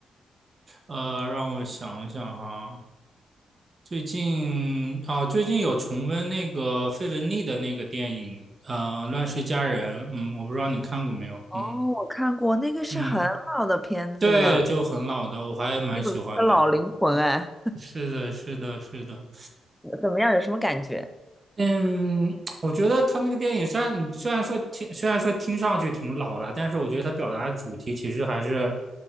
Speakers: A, on the right; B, in the centre.
A: 呃，让我想一想哈，最近哦，最近有重温那个费雯丽的那个电影，呃，《乱世佳人》。嗯，我不知道你看过没有。
B: 哦，
A: 嗯
B: 我看过，那个是很老的片子了，
A: 嗯，对，就很老的，我还蛮喜欢的。
B: 也有一个老灵魂哎，
A: 是的，是的，是的。
B: 怎么样？有什么感觉？
A: 嗯，我觉得他那个电影虽然你虽然说听虽然说听上去挺老了，但是我觉得他表达的主题其实还是，